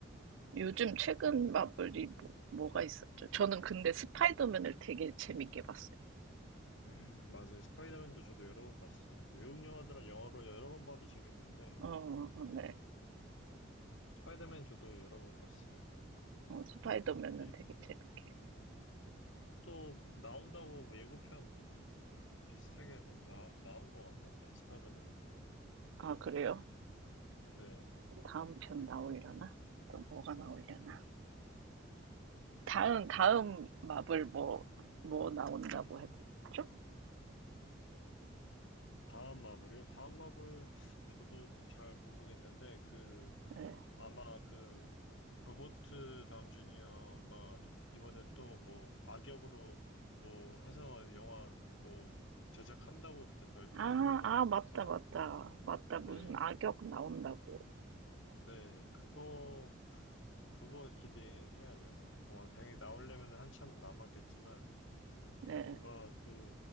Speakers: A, on the right (about 75°); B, on the left (about 75°).
A: 요즘 최근 마블이 뭐, 뭐가 있었죠? 저는 근데 스파이더맨을 되게 재밌게 봤어요.
B: 음, 맞아요. 스파이더맨도 저도 여러 번 봤어요. 외국 영화들은 영화로 여러 번 봐도 재밌는데,
A: 어, 어, 네.
B: 스파이더맨 저도 여러 번 봤어요.
A: 어, 스파이더맨은
B: 이,
A: 되게 재밌게.
B: 또 나온다고 뭐 예고편 비슷하게 막 나, 나온 것 같던데, 스파이더맨도.
A: 아, 그래요?
B: 네.
A: 다음 편 나오려나? 또 뭐가 나오려나? 다음, 다음 마블 뭐, 뭐 나온다고 했죠?
B: 다음 마블이요? 다음 마블, 저도 잘 모르겠는데, 그,
A: 네.
B: 아마 그, 로버트 다운 주니어가 이- 이번에 또 뭐, 악역으로 뭐 해서 영화 뭐, 제작한다고 그때 발표하는
A: 아,
B: 것만
A: 아, 맞다,
B: 봐서,
A: 맞다. 맞다.
B: 네.
A: 무슨 악역 나온다고.
B: 네. 그거, 그거 기대해야죠. 뭐, 당연히 나오려면 한참 남았겠지만,
A: 네.
B: 뭔가 그